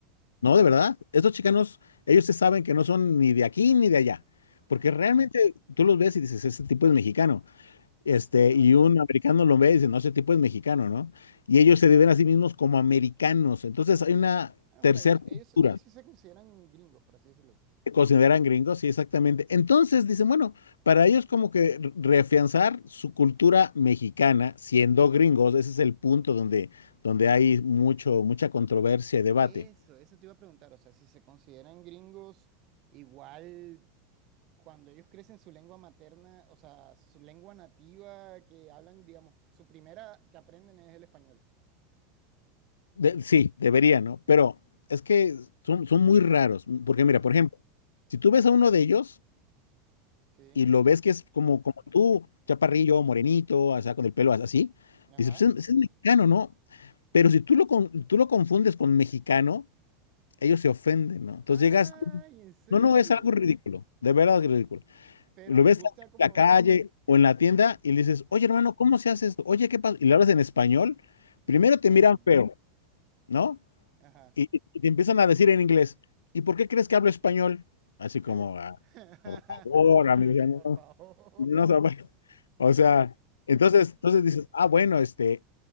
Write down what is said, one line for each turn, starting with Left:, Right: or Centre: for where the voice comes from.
Left: no, de verdad, estos chicanos, ellos se saben que no son ni de aquí ni de allá, porque
Right: Ujú,
Left: realmente tú los ves y dices, ese tipo es mexicano Este,
Right: claro.
Left: y un americano lo ve y dice, no, ese tipo es mexicano, ¿no? Y ellos se ven a sí mismos como americanos. Entonces hay una
Right: Ah,
Left: tercera
Right: O sea, ellos,
Left: cultura.
Right: ellos, ellos sí se consideran gringos, por así decirlo.
Left: Se consideran gringos, sí, exactamente. Entonces dicen, bueno, para ellos como que re- reafianzar su cultura mexicana siendo gringos, ese es el punto donde, donde hay mucho, mucha controversia y debate.
Right: Eso, eso te iba a preguntar, o sea, si se consideran gringos, igual cuando ellos crecen su lengua materna, o sea, su lengua nativa que hablan, digamos, su primera que aprenden es el español.
Left: De- sí, debería, ¿no? Pero es que son, son muy raros, porque
Right: Ujú,
Left: mira, por ejemplo, si tú ves a uno de ellos,
Right: Sí,
Left: y lo ves que es como, como tú, chaparrillo, morenito, o sea, con el pelo así,
Right: ajá.
Left: dices, pues es, es mexicano, ¿no? Pero si tú lo, con- tú lo confundes con mexicano, ellos se ofenden, ¿no? Entonces
Right: ¡Ay,
Left: llegas,
Right: en serio!
Left: no, no, es algo ridículo, de verdad es ridículo.
Right: Pero
Left: Lo
Right: les
Left: ves
Right: gusta
Left: en
Right: como...
Left: la calle o en la tienda y le dices,
Right: Ajá.
Left: oye, hermano, ¿cómo se hace esto? Oye, ¿qué pasa? Y le hablas en español,
Right: Y
Left: primero
Right: se ofenden.
Left: te miran feo, ¿no?
Right: Ajá.
Left: y, y te empiezan a decir en inglés, ¿y por qué crees que hablo español? Así
Right: <laughs>
Left: como, "Ah, por favor, amigo, ya no,
Right: Por favor.
Left: no se vaya". <laughs> O sea, entonces, entonces dices, ah, bueno, este,